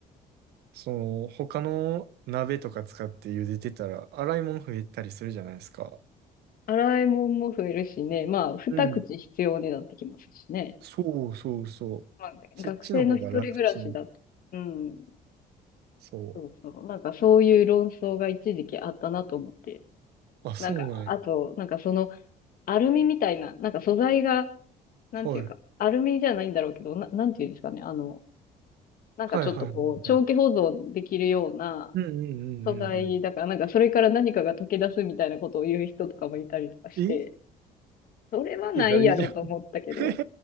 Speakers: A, on the right; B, on the left.
A: その、他の鍋とか使って茹でてたら、洗い物増えたりするじゃないですか。
B: 洗い物も増えるしね、まあ、二口必要になってきますしね。
A: うん。そうそうそう。
B: まあ、学生の一人暮らしだと、
A: そっちの方が楽ちん。
B: うん、
A: そ
B: そうそう、なんかそういう論争が一時期あったなと思って。
A: う。あ、そうなんや。
B: なんか、あと、なんかその、アルミみたいな、なんか素材が、なんていうか、
A: はい。
B: アルミじゃないんだろうけど、な、なんていうんですかね、あの、なんかちょっとこう、
A: はいはいはいはい。
B: 長期保存できるような
A: うんうんうんうんうん。
B: 素材だから、なんかそれから何かが溶け出すみたいなことを言う人とかもいたりとかして、
A: え
B: それはないやろうと思ったけど、
A: いや、大丈夫。<laughs>